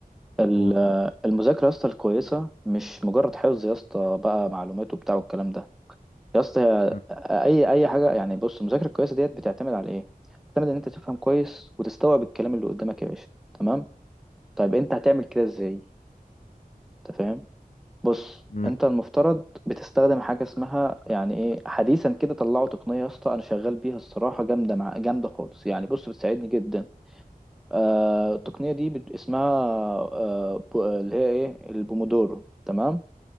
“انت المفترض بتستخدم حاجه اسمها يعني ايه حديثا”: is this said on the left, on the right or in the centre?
Centre